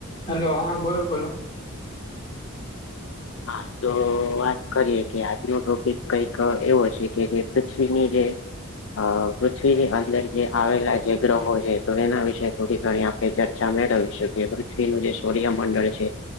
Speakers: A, on the left; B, on the left.
A: હલો હા બોલો બોલો.
B: હા તો વાત કરીએ કે આજનો ટોપિક કઈક એવો છે કે જે પૃથ્વીની જે અ પૃથ્વીની અંદર જે આવેલા જે ગ્રહો છે તો એના વિશે થોડી ઘણી આપ પે ચર્ચા મેળવી શકીએ પૃથ્વીનું જે સૂર્યમંડળ છે